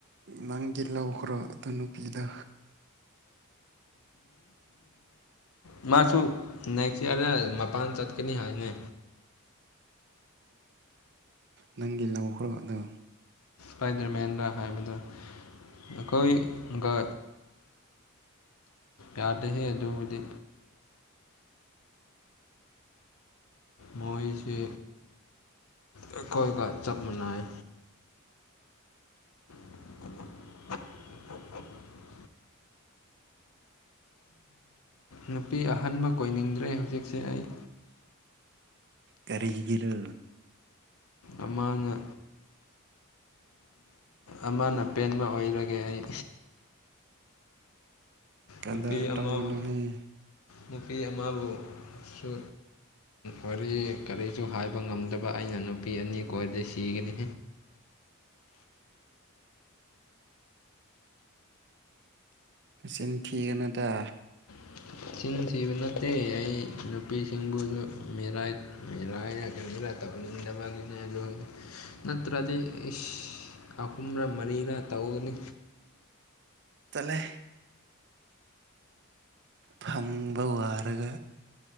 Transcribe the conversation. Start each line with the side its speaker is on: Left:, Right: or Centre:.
Right: ꯅꯪꯒꯤ ꯂꯧꯈ꯭ꯔꯣ ꯑꯗꯨ ꯅꯨꯄꯤꯗ
Left: ꯃꯥꯁꯨ ꯅꯦꯛꯁ ꯏꯌꯥꯔꯗ ꯃꯄꯥꯟ ꯆꯠꯀꯅꯤ ꯍꯥꯏꯅꯦ
Right: ꯅꯪꯗꯤ ꯂꯧꯈ꯭ꯔꯣ ꯑꯗꯣ
Left: ꯈꯏꯗ꯭ꯔꯃꯦꯟꯗ꯭ꯔꯥ ꯍꯥꯏꯕꯗ ꯑꯩꯈꯣꯏꯒ ꯌꯥꯗꯦ ꯑꯗꯨꯕꯨꯗꯤ ꯃꯣꯏꯁꯤ ꯑꯩꯈꯣꯏꯒ ꯆꯞ ꯃꯥꯟꯅꯩ <unintelligible> ꯅꯨꯄꯤ ꯑꯍꯟꯕ ꯀꯣꯏꯅꯤꯡꯗ꯭ꯔꯦ ꯍꯧꯖꯤꯛꯁꯦ ꯑꯩ
Right: ꯀꯔꯤꯒꯔꯥ
Left: ꯑꯃꯥꯡꯉ ꯑꯃꯅ ꯄꯦꯟꯕ ꯑꯣꯏꯔꯒꯦ ꯑꯩ
Right: ꯀꯗꯔ
Left: ꯅꯨꯄꯤ
Right: ꯇꯧꯒꯅꯨꯍꯦ
Left: ꯑꯃꯕꯨ ꯅꯨꯄꯤ ꯑꯃꯕꯨꯁꯨ ꯋꯥꯔꯤ ꯀꯔꯤꯁꯨ ꯍꯥꯏꯕ ꯉꯝꯗꯕ ꯑꯩꯅ ꯅꯨꯄꯤ ꯑꯅꯤ ꯀꯣꯏꯔꯗꯤꯦ ꯁꯤꯒꯅꯤ
Right: ꯆ ꯊꯤꯅ ꯇ
Left: <unintelligible> ꯏꯁꯤꯡ ꯊꯤꯕ ꯅꯠꯇꯦ ꯑꯩ ꯅꯨꯄꯤꯁꯤꯡꯕꯨꯁꯨ ꯃꯤꯔꯥꯏ ꯃꯤꯦꯔꯥꯏꯅ ꯀꯩꯅꯔ ꯇꯕꯅꯤꯗꯕꯒꯤꯅꯦꯗ ꯅꯠꯇ꯭ꯔꯗꯤ ꯏꯁ ꯑꯍꯨꯝꯔ ꯃꯔꯤꯔꯥ ꯇꯧꯒꯅꯤ
Right: ꯇꯂꯦ ꯐꯪꯕ ꯋꯥꯔꯒ